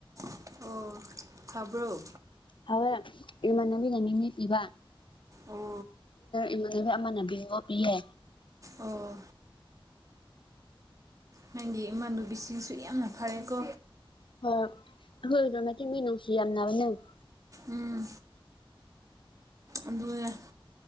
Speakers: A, on the right (about 35°); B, on the left (about 60°).
A: ꯑꯣ ꯍꯥꯎꯕꯔꯣ
B: ꯍꯋꯦ ꯏꯃꯥꯟꯅꯕꯤꯅ ꯃꯤꯅꯤ ꯄꯤꯕ
A: ꯑꯣ
B: ꯏꯃꯥꯟꯅꯕꯤ ꯏꯅꯥꯟꯅꯕꯤꯅꯥ ꯄꯤꯌꯦ
A: ꯑꯣ ꯅꯪꯒꯤ ꯏꯃꯥꯟꯅꯨꯕꯤꯁꯤꯡꯁꯨ ꯌꯥꯝꯅ ꯐꯔꯦꯀꯣ
B: ꯍ ꯍꯣꯏ ꯑꯗꯨ ꯃꯥ ꯃꯅꯧ ꯁꯤ ꯌꯥꯝꯅ ꯅ <inaudible>
A: ꯎꯝ ꯑꯗꯨꯅꯦ